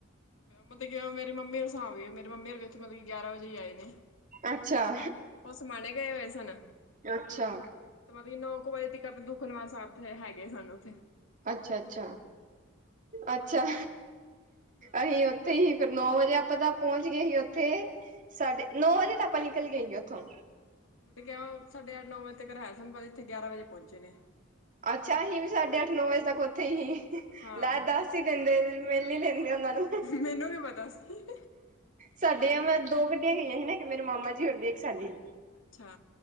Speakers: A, on the left; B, on the right.
A: ਮਤਬ ਕਿਆ ਮੇਰੀ ਮੰਮੀ ਦਾ ਸਾਬ ਏ। ਮੇਰੀ ਮੰਮੀ ਹੋਰੀ ਓਥੇ ਮਤਬ ਕੀ ਗਿਆਰਾਂ ਵਜੇ ਈ ਆਏ ਨੇ।
B: ਅੱਛਾ।
A: ਉਹ ਸਮਾਣੇ ਗਏ ਹੋਏ ਸਨ।
B: ਅੱਛਾ।
A: ਤੇ ਮਤਲਬ ਕਿ ਨੌ ਕੁ ਵਜੇ ਤ ਦੁੱਖ ਨਿਵਾਰਨ ਸਾਹਿਬ ਹੈ ਹੈਗੇ ਸਨ ਉੱਥੇ।
B: ਅੱਛਾ ਅੱਛਾ ਅੱਛਾ
A: ਹੋਰ ਹਾਂ
B: ਅਹੀਓ। ਤੇ ਹੀ ਫਿਰ ਨੌ ਵਜੇ ਆਪਾਂ ਤਾਂ ਪਹੁੰਚ ਗਏ ਹੀ ਉੱਥੇ। ਸਾਡੇ ਨੌ ਵਜੇ ਤਾਂ ਆਪਾਂ ਨਿਕਲ ਗਏ ਹੀ ਉੱਥੋਂ।
A: ਮਤਲਬ ਕਿ ਸਾਡੇ ਅੱਠ ਨੌ ਵਜੇ ਤੱਕ <unintelligible> ਸਨ ਪਰ ਇੱਥੇ ਗਿਆਰਾਂ ਵਜੇ ਪਹੁੰਚੇ ਨੇ।
B: ਅੱਛਾ ਅਹੀ ਵੀ ਸਾਡੇ ਅੱਠ ਨੌ ਵਜੇ ਤੱਕ ਉੱਥੇ ਹੀ।
A: ਹਾਂ
B: ਲੈ ਦੱਸ ਈ ਦਿੰਦੇ ਮਿਲ ਲੀ ਲੈਂਦੇ ਉਹਨਾਂ ਨੂੰ।
A: ਮੈਨੂੰ ਵੀ ਪਤਾ ਸੀ
B: ਸਾਡੀਆਂ ਮੈਂ ਦੋ ਗੱਡੀਆਂ ਗਈਆਂ ਹੀ ਨਾ ਇੱਕ ਮੇਰੇ ਮਾਮਾ ਜੀ ਹੋਰ ਦੀ ਇੱਕ ਸਾਡੀ।
A: ਅੱਛਾ।